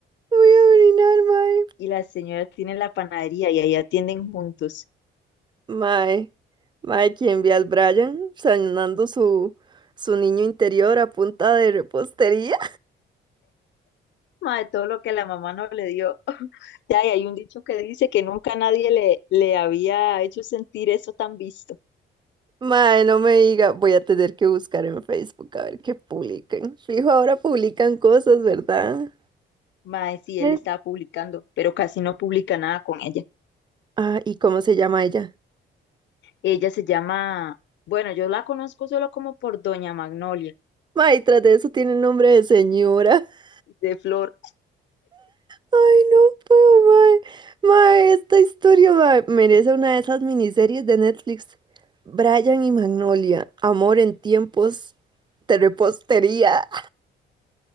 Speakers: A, on the right; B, on the left.
A: Voy a orinar, mae.
B: y la señora tiene la panadería y ahí atienden juntos.
A: Mae, mae, quien ve al Brian sanando su, su niño interior a punta de repostería.
B: Madre, todo lo que la mamá no le dio. <laughs> Ya, y hay un dicho que dice que nunca nadie le, le había hecho sentir eso tan visto.
A: Mae, no me diga, voy a tener que buscar en Facebook a ver qué publican. Fijo, ahora publican cosas, ¿verdad?
B: Madre, sí,
A: Sí.
B: él estaba publicando, pero casi no publica nada con ella.
A: Ah, ¿y cómo se llama ella?
B: Ella se llama, bueno, yo la conozco solo como por Doña Magnolia,
A: Mae, tras de eso tiene nombre de señora. <laughs>
B: de Flor,
A: Ay, no puedo, mae. Mae, esta historia, mae, merece una de esas miniseries de Netflix. Brian y Magnolia, amor en tiempos de repostería.